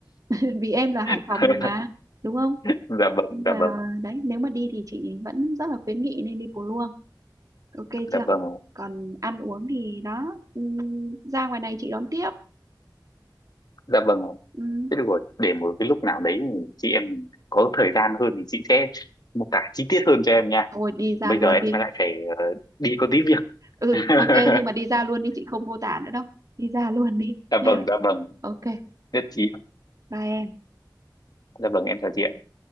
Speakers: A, on the right; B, on the left.
A: <laughs> vì em là Hải
B: <laughs>
A: Phòng rồi mà đúng không
B: dạ vâng
A: nhưng mà
B: dạ vâng
A: đấy nếu mà đi thì chị vẫn rất là khuyến nghị nên đi Pù Luông ok
B: dạ
A: chưa
B: vâng
A: còn ăn uống thì đó ừm, ra ngoài này chị đón tiếp
B: dạ vâng
A: Ừm,
B: thế được rồi để một cái lúc nào đấy chị em mình có thời gian hơn thì chị sẽ mô tả chi tiết hơn cho em nha
A: thôi đi ra
B: bây
A: luôn
B: giờ em
A: đi
B: lại phải ờ, đi có tí việc
A: ừ
B: <laughs>
A: ok nhưng mà đi ra luôn đi chị không mô tả nữa đâu đi ra luôn đi
B: dạ
A: nha
B: vâng dạ vâng
A: ok
B: nhất trí
A: bye em
B: dạ vâng em chào chị